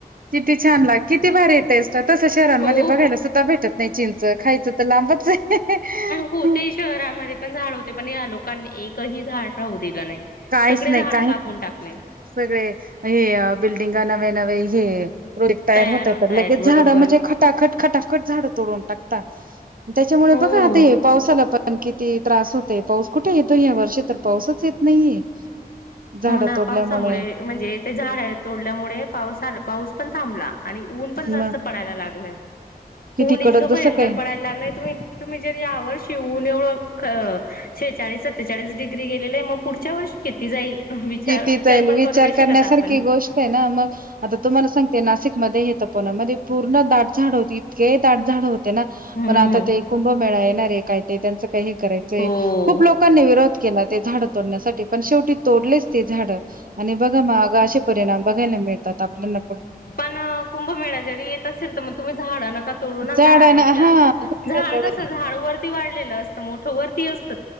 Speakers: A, on the right (about 60°); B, on the left (about 65°).
A: किती छान लाग किती भारी टेस्ट तस शहरांमध्ये
B: हो
A: बघायला सुद्धा भेटत नाही चिं च खायचं तर लांबच आहे
B: होते शहरामध्ये पण झाड होते पण या लोकांनी एकही झाड राहू दिलं नाही.
A: काहीच
B: सगळे
A: नाही
B: झाडं
A: काहीच
B: कापून टाकले
A: सगळे हे बिल्डिंगा नवे नवे हे रिटायर
B: तयार
A: होता
B: होत
A: तर
B: आहेत
A: लगेच
B: बरोबर
A: झाड म्हणजे ख टाकट खटाखट झाडं तोडून टाकता, त्याच्यामुळे
B: हो
A: बघा आता हे पावसाला पण कि ती त्रास होतय पाऊस कुठे येतोय या वर्षी तर पाऊसच येत नाहीये झाडं
B: हो ना
A: तोडल्यामुळे.
B: पावसामुळे म्हणजे ते झाडे तोडल्यामुळे पाऊसाला पाऊस पण थांबला आणि ऊन पण जास्त
A: मग
B: पडायला लागलय,
A: किती
B: ऊन इतकं
A: कडक
B: भयंकर
A: जसं काही
B: पडायला ला लागय त तुम्ही जर यावर्षी ऊन एवढं शेचाळीस सत्तेचाळीस डिग्री गेले आहे मग पुढच्या वर्षी किती जाईल? विचार
A: किती जाईल
B: पण
A: विचार
B: करू नाही शकत
A: करण्यासारखी
B: आपण
A: गोष्ट आहे ना मग. आता तुम्हाला सांगते नाशिकमध्ये हेेत पुना मध्ये पूर्ण दाटझाड होती इतके दाटझाड हो ते
B: हम्म
A: आता ते कुंभमेळा येणारे काय ते त्यांच काही करायचं
B: हो
A: खूप लोक लोकांनी विरोध केला ते झाड तोडण्यासाठी पण शेवटी तोडलेच ते झाड. आणि बघा मग असे परिणाम बघायला मिळतात आपल्याला.
B: पण कुंभमेळ्या जरी येत असेल तर, मग तुम्ही झाडं नका तोडून
A: झाडांना
B: झाड्याच
A: हा
B: झा
A: झाडं
B: झाड
A: तोडायचं
B: कसं झाड वर किती वाढलेलं असत मोठ वरती असतं